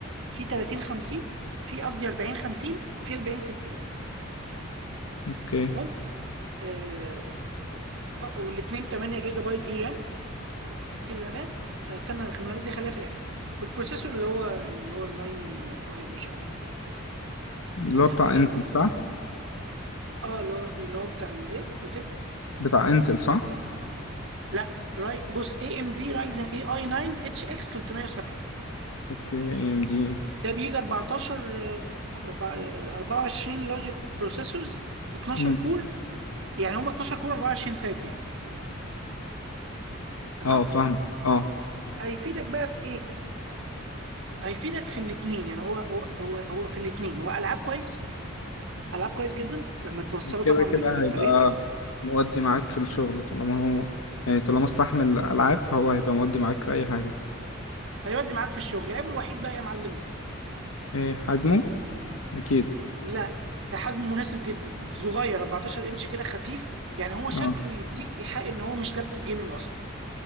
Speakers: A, on the right (about 65°); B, on the left (about 85°).
A: في 30 50 في قصدي 40 50 وفي 40 60
B: اوكي
A: تمام آه طب والاثنين 8 جيجا بايت في رام الرامات آه، استنى الرامات دي خليها في الاخر والبروسيسور اللي هو اللي هو ال 9 اي مش عارف آه،
B: اللي
A: انا
B: هو بتاع
A: هفتكر
B: انتل
A: لك اسمه
B: صح
A: اه اللي هو اللي هو بتاع الايه قلت ايه
B: بتاع انتل صح
A: لا راي بص اي ام دي رايزن اي اي 9 اتش اكس 370
B: اوكي اي ام دي
A: ده بيجي 14 آه، أربعة- آه، 24 لوجيك بروسيسورز 12
B: امم
A: كور يعني هم 12 كور 24 ثريد يعني تمام
B: اه فاهم اه
A: هيفيدك بقى في ايه هيفيدك في الاثنين يعني هو هو هو هو في الاثنين هو العاب كويس العاب كويس جدا لما توصله
B: كده
A: طبعا
B: كده
A: بالبطاريه
B: هيبقى مودي معاك في الشغل طالما هو يعني طالما استحمل العاب هو هيبقى مودي معاك في اي حاجه
A: هيودي معاك في الشغل عيبه الوحيد بقى يا معلم
B: ايه حجمه اكيد
A: لا ده حجم مناسب جدا صغير 14 انش كده خفيف يعني هو شكله
B: اه
A: يديك ايحاء ان هو مش لابتوب جيمنج اصلا